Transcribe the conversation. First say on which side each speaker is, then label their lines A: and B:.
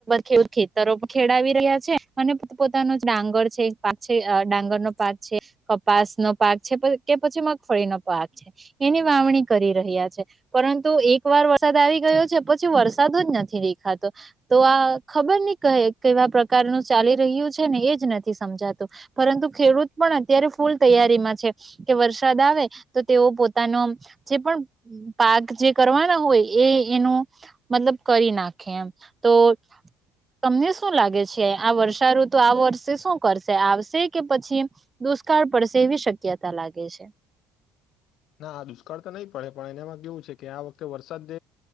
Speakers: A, on the right (about 20°); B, on the left (about 65°).
A: છે ખેતરો ખેડાવી રહ્યા છે અને પોતાનો ડાંગર છે પાક છે ડાંગર નો પાક છે કપાસ નો પાક છે કે પછી મગફળીનો પાક છે એની વાવણી કરી રહ્યા છે પરંતુ એક વાર વરસાદ આવી ગયો છે પછી વરસાદ જ નથી દેખાતો તો આ ખબર નહી કહે કેવા પ્રકારનું ચાલી રહ્યું છે ને એ જ નથી સમજાતું પરંતુ ખેડૂત પણ અત્યારે ફૂલ તૈયારીમા છે કે વરસાદ આવે તો તેઓ પોતાનો જે પણ પાક જે કરવાના હોય એ એનુ મતલબ કરી નાખે એમ તો તમને શું લાગે છે. છે આ વર્ષાઋત આ વર્ષે શું કરશે આવશે કે પછી દુષ્કાળ પડશે એવી શક્યતા લાગે છે.
B: ના દુષ્કાળ તો નઈ પડે પણ એનામાં કેવું છે કે આ વખતે વરસાદ